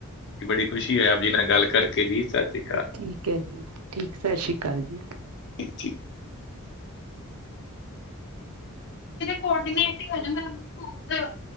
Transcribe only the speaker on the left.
ਬੜੀ ਖੁਸ਼ੀ ਹੈ ਆਪ ਜੀ ਨਾਲ ਗੱਲ ਕਰਕੇ <unintelligible>
<unintelligible> ਕੋਡਨੇਟ <unintelligible>